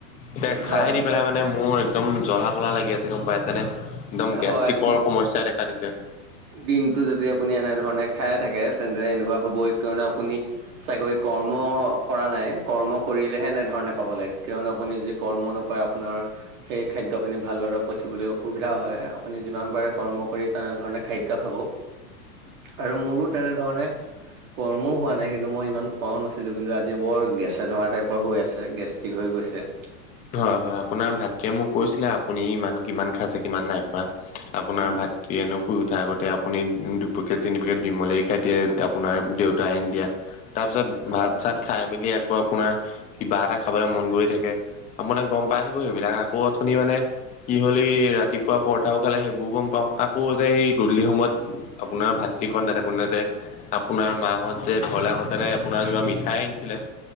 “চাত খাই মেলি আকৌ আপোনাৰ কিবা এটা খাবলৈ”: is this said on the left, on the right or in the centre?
Left